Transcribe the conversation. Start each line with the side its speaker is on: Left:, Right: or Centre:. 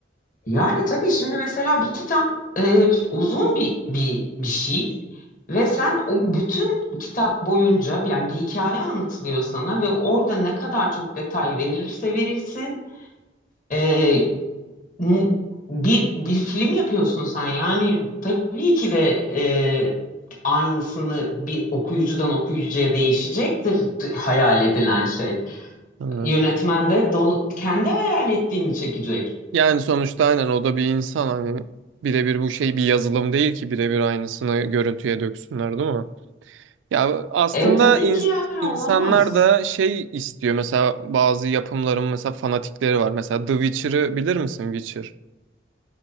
Left: Yani tabii şimdi mesela bir kitap e, uzun bir, bir bir şey ve sen o bütün kitap boyunca yani bir hikaye anlatılıyor sana ve orada ne kadar çok detay verilirse verilsin e, n- bir bir film yapıyorsun sen yani tabii ki de e, aynısını bir okuyucudan okuyucuya değişecektir d- hayal edilen şey.
Right: Hmm.
Left: Yönetmen de dol- kendi hayal ettiğini çekecek.
Right: Yani sonuçta aynen o da bir insan hani birebir bu şey bir yazılım değil ki birebir aynısını görüntüye döksünler değil mi? Ya aslında
Left: E tabii
Right: ins-
Left: ki yani
Right: insanlar
Left: olamaz.
Right: da şey istiyor mesela bazı yapımların mesela fanatikleri var. Mesela The Witcher'ı bilir misin Witcher?